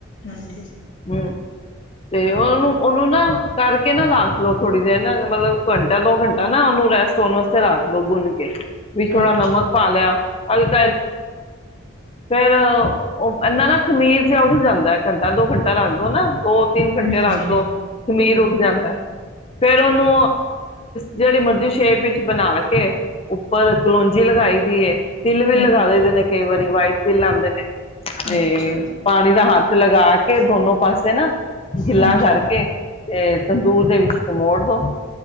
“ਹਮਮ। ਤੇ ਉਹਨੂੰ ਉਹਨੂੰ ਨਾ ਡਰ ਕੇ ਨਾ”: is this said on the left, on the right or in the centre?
Left